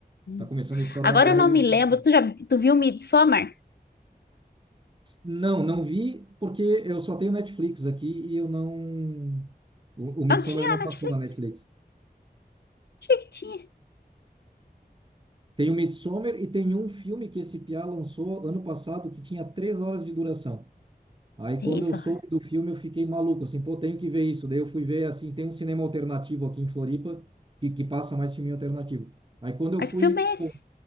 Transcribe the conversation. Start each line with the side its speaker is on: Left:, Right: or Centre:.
Right: Tá começando
Left: Isso.
Right: a estourar
Left: Agora
Right: agora.
Left: eu não
Right: E...
Left: me lembro, tu já tu viu Midsommar?
Right: Não, não vi porque eu só tenho Netflix aqui e eu não. O, o Midsommar
Left: Não tinha
Right: não
Left: na
Right: passou
Left: Netflix?
Right: na Netflix.
Left: Achei que tinha.
Right: Tem o Midsommar e tem um filme que esse piá lançou ano passado que tinha três horas de duração. Aí
Left: Três
Right: quando eu
Left: horas.
Right: soube do filme eu fiquei maluco, assim, pô, tenho que ver isso. Daí eu fui ver, assim, tem um cinema alternativo aqui em Floripa que, que passa mais filme alternativo. Aí quando eu
Left: Mas
Right: fui,
Left: que filme é esse?
Right: pô,